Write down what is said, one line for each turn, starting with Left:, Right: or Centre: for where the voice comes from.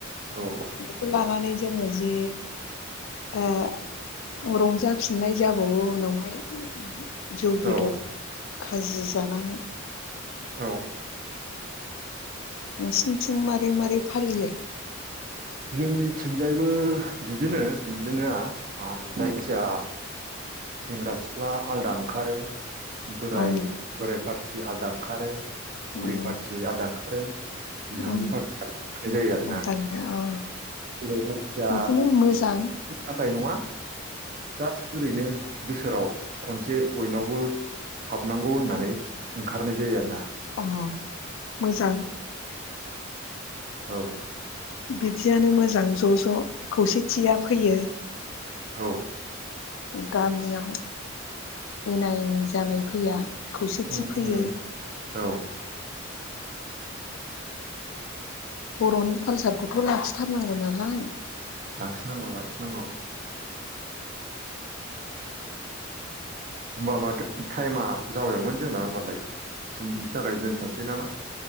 Right: औ
Left: बेखौ लानानै जोङो जि ओ रंजाफिननाय जाबावो उनावहाय जौ बेदर
Right: औ
Left: खाजि जानानै
Right: औ
Left: नोंसिंथिं मारै मारै फालियो
Right: जोंनिथिंजायबो बिदिनो बिदिनो जायखिया सेंग्रा सिख्ला आलादा ओंखारो बोराय
Left: ओम
Right: बोराय फ्रा आलादा ओखारो बुरै
Left: ओम
Right: पार्टि आलादा ओंखारो बिहामजो
Left: ओम
Right: पार्टि आलदा ओंखारनाय जायो आरो
Left: उदांगा
Right: ना
Left: अ
Right: बोरै मानसिया
Left: बिदिनो मोजां
Right: थाखाय नङा जास्थ जेरै बिदिनो बोसोराव खनसे बयनावबो हाबनांगौ होननानै ओंखारनाय जायो आरो ना
Left: अ मोजां
Right: औ
Left: बिदियानो मोजां ज' ज' खौसेथिया फैयो
Right: औ।
Left: गामियाव एना एनि जानाय फैया। खौसेथि
Right: उम
Left: फैयो।
Right: उम औ।
Left: बर'नि कालसारखौथ' लाखिथारनांगौ नालाय।
Right: लाखिनांगौ लाखिनांगौ।
Left: <inaudible>
Right: होमबा माथो टाइमा जाबायमोन जोंना होमबालाय फनो थाखाय दोनथ'नोसै नामा?